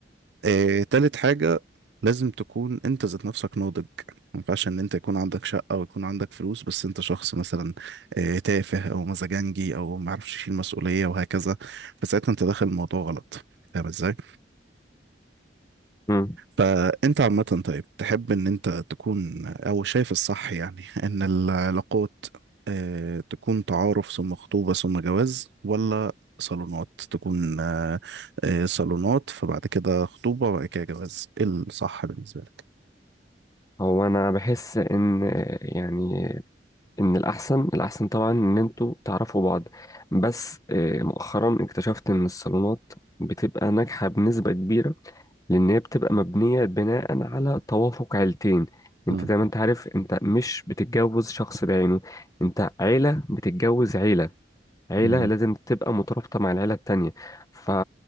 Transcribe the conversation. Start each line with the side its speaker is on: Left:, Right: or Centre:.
Right: آه، تالت حاجة لازم تكون أنت ذات نفسك ناضج ما ينفعش إن أنت يكون عندك شقة ويكون عندك فلوس بس أنت شخص مثلا آه، تافه أو مزاجنجي أو ما يعرفش يشيل مسؤولية وهكذا فساعتها أنت داخل الموضوع غلط فاهم إزاي؟
Left: <laughs>
Right: فانت عامة طيب تحب ان انت تكون او شايف الصح يعني <laughs> ان العلاقات آه، تكون تعارف ثم خطوبة ثم جواز ولا صالونات تكون آه، آه، صالونات فبعد كده خطوبة وبعد كده جواز ايه الصح بالنسبة لك؟
Left: هو انا بحس ان يعني ان الاحسن الاحسن طبعا ان انتوا تعرفوا بعض بس آه، مؤخرا اكتشفت ان الصالونات بتبقى ناجحة بنسبة كبيرة لان هي بتبقى مبنية بناء على توافق عيلتين انت
Right: مم،
Left: زي ما انت عارف انت مش بتتجوز شخص بعينه انت عيلة بتتجوز عيلة عيلة
Right: مم،
Left: لازم تبقى مترابطة مع العيلة التانية ف